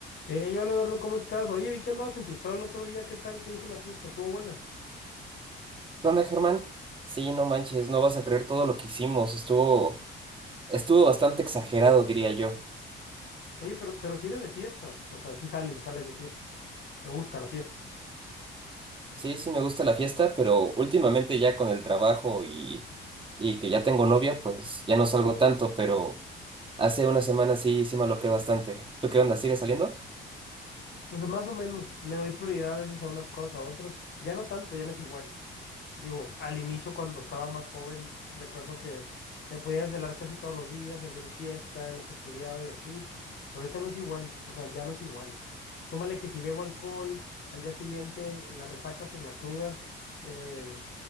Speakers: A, on the left; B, on the right.
A: Hey, hola Eduardo, ¿cómo estás? Oye, vi que andabas enfiestado el otro día, ¿qué tal? ¿Qué dice la fiesta? Estuvo buena.
B: ¿Qué onda, Germán? Sí, no manches, no vas a creer todo lo que hicimos. Estuvo, estuvo bastante exagerado, diría yo.
A: Oye, pero, pero si eres de fiestas, o sea, si sales, sales de fiesta. ¿Te gusta la fiesta?
B: Sí, sí me gusta la fiesta, pero últimamente ya con el trabajo y, y que ya tengo novia, pues ya no salgo tanto, pero hace una semana sí, sí me aloqué bastante. ¿Tú qué onda? ¿Sigues
A: Mira.
B: saliendo?
A: Entonces, más o menos, le doy prioridad a veces a unas cosas, a otras. Ya no tanto, ya no es igual. Digo, al inicio cuando estaba más joven, recuerdo que me podía desvelar casi todos los días, el de fiesta, en lo que estudiaba y así. Pero ahorita no es igual, o sea, ya no es igual. Súmale que si bebo alcohol, al día siguiente, la resaca, pues la cruda. eh,